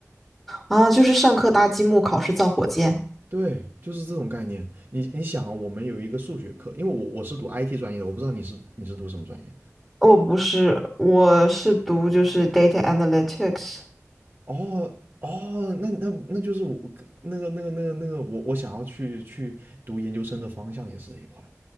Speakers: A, in the centre; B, on the right (about 45°).
A: 啊，就是上课搭积木，考试造火箭。
B: 对，就是这种概念。你你想啊，我们有一个数学课，因为我我是读 IT 专业的，我不知道你是你是读什么专业。
A: 我不是，我是读就是 data analytics。
B: 哦哦，那那那就是我那个那个那个那个我我想要去去读研究生的方向也是这一块儿